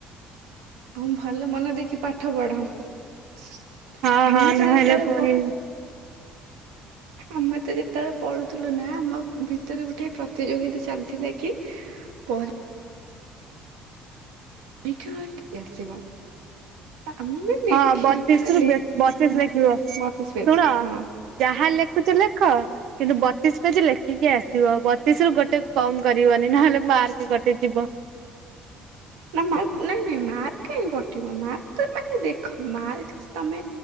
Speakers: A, on the right (about 85°); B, on the right (about 70°).
A: ହଁ ଭଲ ମନେ ଦେଇକି ପାଠ ପଢା ଆମେ
B: ହଁ ହଁ
A: ତ
B: ନହେଲେ
A: ଯେତେବେଳେ
B: ପୁଣି
A: ପ ଆମେ ତ ଯେତେବେଳେ ପଢୁଥିଲୁ ନା ଆମ ଭିତରେ ଗୋଟେ ପ୍ରତିଯୋଗିତା ଚାଲିଥିଲା କି ପରି <unintelligible> ପରୀକ୍ଷା ଆସିବ ଆମେ <unintelligible>
B: ହଁ ବତିଶ
A: ମାନେ
B: ରୁ
A: ଲେ
B: ବେ -ବତିଶ ଲେଖିବ ଶୁଣ
A: ମତେ ସ୍ପେସ୍ ହଁ।
B: ଯାହା ଲେଖୁଛ ଲେଖ। କିନ୍ତୁ ବତିଶ୍ ପେଜ୍ ଲେଖିକି ଆସିବ ବତିଶ ରୁ ଗୋଟେ କମ କରିବନି ନହେଲେ ମାର୍କ କଟିଯିବ।
A: ନା ମ ନାଇଁ ନାଇଁ ମାର୍କ କାହିଁ କଟିବ ମାର୍କ ତ ମାନେ ଦେଖ ମାର୍କ ତମେ